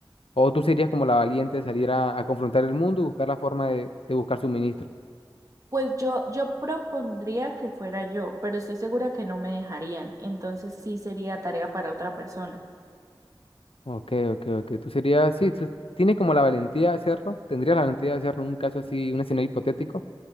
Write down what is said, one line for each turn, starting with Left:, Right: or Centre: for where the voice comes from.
Left: ¿O tú serías como la valiente de salir a, a confrontar el mundo y buscar la forma de, de buscar suministros?
Right: pues yo, yo propondría que fuera yo, pero estoy segura que no me dejarían, entonces sí sería tarea para otra persona.
Left: Ok, ok, ok. Tú serías, sí, tú tienes como la valentía de hacerlo, tendrías la valentía de hacerlo en un caso así, un escenario hipotético.